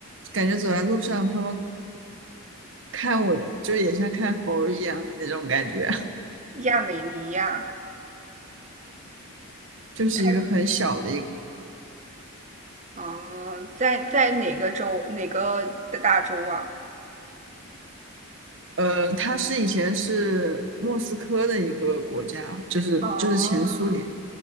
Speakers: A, on the right (about 55°); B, on the right (about 30°).
A: 感觉走在路上，他们看我就也像看猴儿一样的那种感觉，
B: 亚美尼亚，
A: <laughs> 就是一个很小的一个
B: 它哦，呃在在哪个州？哪个的大洲啊？
A: 呃，它是以前是莫斯科的一个国家，就是就是前苏联，
B: 哦